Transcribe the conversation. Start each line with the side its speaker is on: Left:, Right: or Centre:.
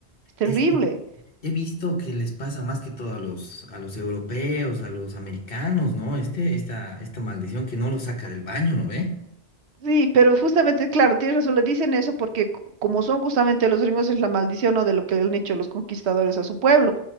Right: es terrible.
Left: es que He visto que les pasa más que todo a los, a los europeos, a los americanos, ¿no? Este, esta, esta maldición que no lo saca del baño, ¿no ve?
Right: Sí, pero justamente, claro, tienes razón, le dicen eso porque c- como son justamente los gringos es la maldición o de lo que le han hecho los conquistadores a su pueblo,